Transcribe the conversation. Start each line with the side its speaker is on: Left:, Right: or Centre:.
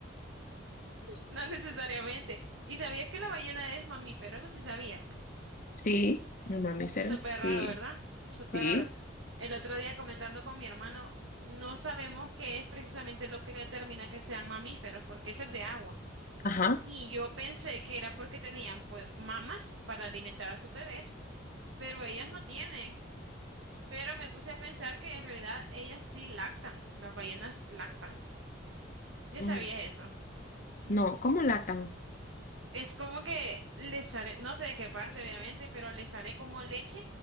Right: no necesariamente. ¿Y sabías que la ballena es mamífero? Eso sí sabías.
Left: Sí, el mamífero.
Right: Súper
Left: Sí,
Right: raro, ¿verdad? Súper
Left: sí.
Right: raro. El otro día comentando con mi hermano, no sabemos qué es precisamente lo que determina que sean mamíferos, porque ese es de agua.
Left: Ajá.
Right: Y yo pensé que era porque tenían pues mamas para alimentar a sus bebés, pero ellas no tienen. Pero me puse a pensar que en realidad ellas sí lactan, las ballenas lactan. ¿Ya
Left: Mm,
Right: sabías eso?
Left: No, ¿cómo latan?
Right: Es como que le sale, no sé de qué parte obviamente, pero le sale como leche,